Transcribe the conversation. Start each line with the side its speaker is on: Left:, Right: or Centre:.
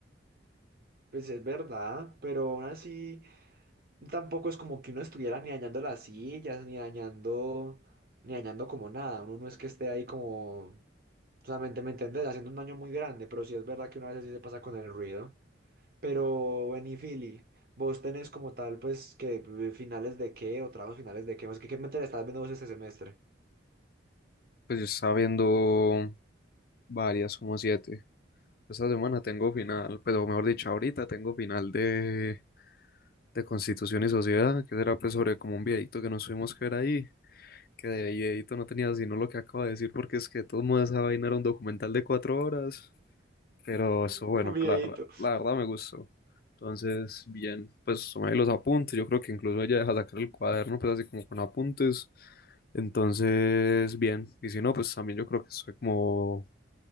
Right: pues es verdad, pero aún así. Tampoco es como que uno estuviera ni dañando las sillas, ni dañando, ni dañando como nada. Uno no es que esté ahí como, solamente me entendés, haciendo un daño muy grande, pero sí es verdad que uno a veces sí se pasa con el ruido. Pero, Benny Philly, vos tenés como tal, pues, que eh, finales de qué o trabajos finales de qué, más que qué materia estás viendo vos este semestre.
Left: Pues yo estaba viendo varias, como siete. Esta semana tengo final, pero mejor dicho, ahorita tengo final de, de Constitución y Sociedad, que será pues sobre como un viejito que nos tuvimos que ver ahí, que de viejito no tenía sino lo que acabo de decir, porque es que de todos modos esa vaina era un documental de cuatro horas. Pero eso,
Right: <laughs>
Left: bueno,
Right: Un videíto.
Left: pues, la, verdad- la verdad me gustó. Entonces, bien, pues tomé ahí los apuntes. Yo creo que incluso ella deja sacar el cuaderno, pues así como con apuntes. Entonces, bien. Y si no, pues también yo creo que estoy como